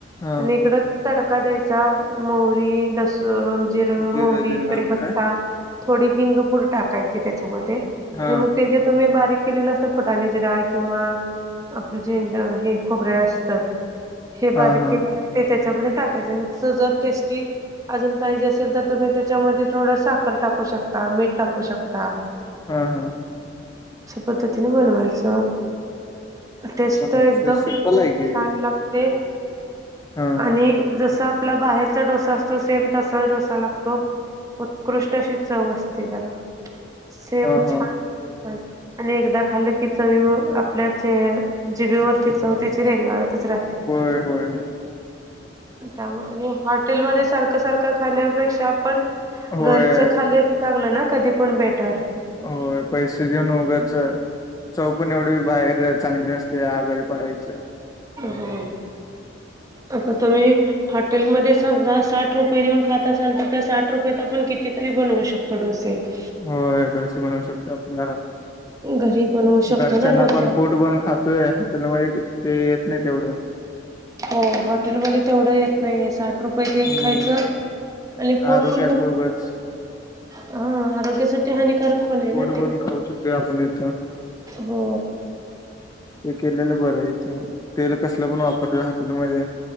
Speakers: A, on the left (about 20°); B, on the right (about 20°).
A: हा
B: आणि इकडं तडका द्यायचा, मोहरी, लसूण, जिरं,
A: जिर
B: मोहरी,
A: तेन घालून
B: कडीपत्ता.
A: काय?
B: थोडी हिंगपूड टाकायची त्याच्यामध्ये,
A: हा
B: मग ते जे तुम्ही बारीक केलेलं असतं फुटाण्याचे डाळ किंवा आपलं जेन हे खोबरे असतं. हे
A: हा
B: बारीक
A: हा
B: केलेलंय ते त्याच्यामध्ये टाकायचं आणि जर टेस्टी अजून पाहिजे असेल तर तुम्ही त्याच्यामध्ये थोडं साखर टाकू शकता, मीठ टाकू शकता.
A: हा हा.
B: पद्धतीने बनवायचं. टेस्ट
A: बनायचं
B: एकदम
A: सिम्पल
B: खूप
A: आहे की.
B: छान लागते.
A: हा.
B: आणि जसं आपला बाहेरचा डोसा असतो, सेम तसा डोसा लागतो. उत्कृष्ट अशी चव असते त्याला, सेम
A: हा हा
B: छान. आणि एकदा खाल्लं की चवीवर, आपल्याचे जिबेवरती चऊ त्याची रेंगाळतच राहते.
A: होय, होय, ना.
B: त्यामुळं आणि हॉटेलमध्ये सारखं सारखं खाण्यापेक्षा पण
A: होय
B: घरच खाली लागलं ना कधी पण बेटर
A: हो पैसे देऊन उगाच आहे चौ पण एवढे बाहेर चांगली नसते आ घरी पडायच्या
B: हो आता तुम्ही हॉटेलमध्ये समजा साठ रुपये देऊन खाता असाल तर त्या साठ रुपयात आपण कितीतरी बनवू शकतो तो डोसे <inaudible>
A: होडोस बनवू शकतो घरात
B: घरी बनवू शकतो
A: घरच्यांना
B: ना डोसे
A: पण
B: आपण.
A: पोट बनून खातोय हॉटेल म ते येत नाही तेवढं
B: हो हॉटेलमध्येध्ये तेवढं येत नाहीय साठ रुपयच
A: हम्म.
B: खायचं आणि
A: आरोग्याच
B: पोट पण
A: उगच
B: हा आरोग्यासाठी हानिकारक पण आहे ना
A: पोट भरून
B: ते
A: खाऊ शकतोय आपण इथं
B: हो
A: ते केलेलं बरं आहेथं तेल कसलं पण वापरत हॉटेलमध्येध्ये